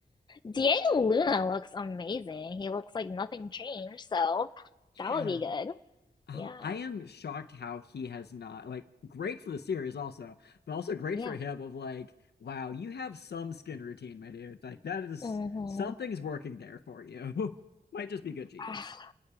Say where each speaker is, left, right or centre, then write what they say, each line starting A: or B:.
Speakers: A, on the left; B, on the left.
A: Diego Luna looks amazing. He looks like nothing changed, so
B: Yeah.
A: that would be good.
B: Oh,
A: Yeah.
B: I am shocked how he has not like great for the series also, but also great
A: Yeah.
B: for him of like, wow, you have some skin routine, my dude. Like that is
A: Mm-hmm.
B: something's working there for you. <laughs> Might just be good genes.
A: <sighs>